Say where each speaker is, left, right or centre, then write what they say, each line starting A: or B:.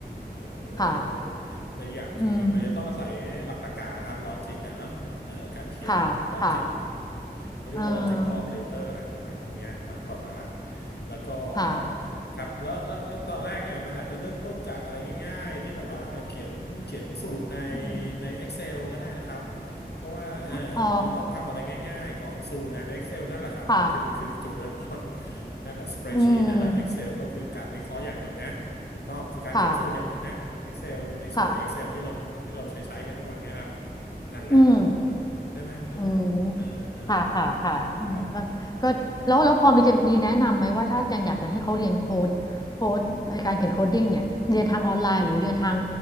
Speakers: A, on the left; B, on the left.
A: เออคุณจะต้องรู้
B: ค่ะ
A: และอกอย่างคือมันจะต้องอาศัยหลักตรรกะครับลอจิกอะเนาะเออการเขียนลอจิกอืมเขาเรียกว่า
B: อืมค่ะค่ะเอ่อ
A: logical operator แหละเครื่องหมายพวกเนี้ยมาก่อนมาหลัง แล้วก็
B: ค่ะ
A: ครับแล้วแล้วแล้วตอนแรกเนี่ยมันอาจจะเริ่มต้นจากอะไรง่ายๆที่แบบว่าเขียนเขียนสูตรใน
B: อืม
A: ใน Excel ก็ได้นะครับเพราะว่าเออคุณจะต้องทำอะไรง่ายๆก่อนสูตรใน
B: อ๋อ
A: Excel นั่นแหละครับคือคือจุดเริ่มต้น
B: ค่ะ
A: <laughs> นั่นแหละ spreadsheet
B: อื
A: นั่นแหละ Excel
B: ม
A: ก็คือการวิเคราะห์อย่างหนึ่งนะถูกต้องคือการเขียนสูตรอย่างหนึ่งนะ
B: ค่ะ
A: Excel ในสูตรใน
B: ค่ะ
A: Excel ที่เราที่เราใช้ใช้กันทุกวันนี้ครับนั่นแหละ
B: อืม
A: ใช่ไหมใช่ไหมเออเออ
B: อืมค่ะค่ะค่ะอืมก็ก็แล้วแล้วพอมีจะมีแนะนำไหมว่าถ้าจังอยากจะให้เขาเรียนโค้ดโค้ดไอ้การเขียนโคดดิ้งเนี่ยเรียนทางออนไลน์หรือเรียนทาง
A: ครับครับ